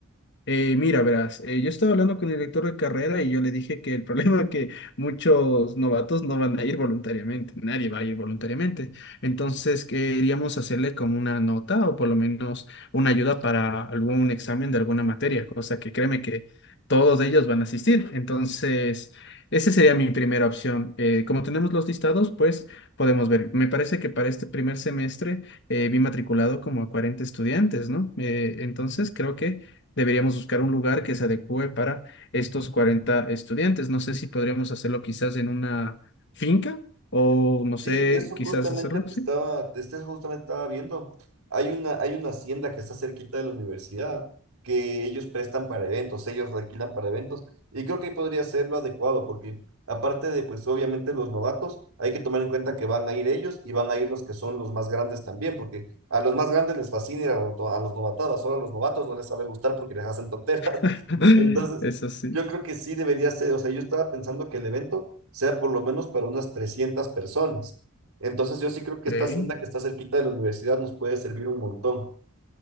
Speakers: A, on the left (about 55°); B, on the right (about 80°).
A: Eh, mira, verás, eh, yo estaba hablando con el director de carrera y yo le dije que el <laughs> problema es que muchos novatos no van a ir voluntariamente, nadie va a ir voluntariamente. Entonces, queríamos hacerle como una nota o por lo menos una ayuda para algún examen de alguna materia, cosa que créeme que todos ellos van a asistir. Entonces, esa sería mi primera opción. Eh, como tenemos los listados, pues podemos ver. Me parece que para este primer semestre eh, vi matriculado como a 40 estudiantes, ¿no? Eh, entonces, creo que deberíamos buscar un lugar que se adecue para estos 40 estudiantes. No sé si podríamos hacerlo quizás en una finca o no sé,
B: Sí, eso
A: quizás
B: justamente
A: hacerlo
B: te
A: así.
B: estaba, te este- justamente estaba viendo. Hay una, hay una hacienda que está cerquita de la universidad que ellos prestan para eventos, ellos alquilan para eventos y creo que ahí podría ser lo adecuado porque aparte de pues obviamente los novatos, hay que tomar en cuenta que van a ir ellos y van a ir los que son los más grandes también porque a los más grandes les fascina ir a, los to- a los novatadas, solo a los novatos no les sabe gustar porque les hacen tonteras.
A: <laughs>
B: Entonces,
A: Eso sí.
B: yo creo que sí debería ser, o sea, yo estaba pensando que el evento sea por lo menos para unas 300 personas. Entonces, yo sí creo que
A: ok.
B: esta hacienda que está cerquita de la universidad nos puede servir un montón.